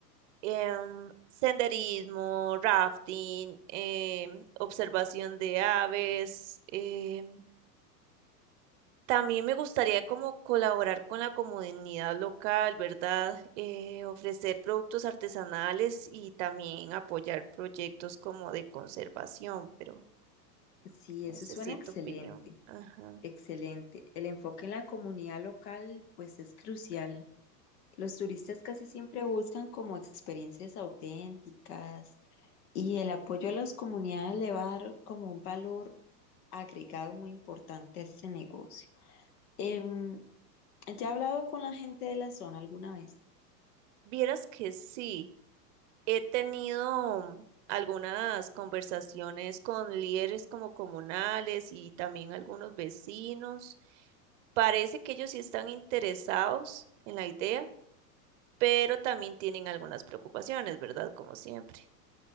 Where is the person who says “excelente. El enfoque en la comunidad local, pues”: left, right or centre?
Left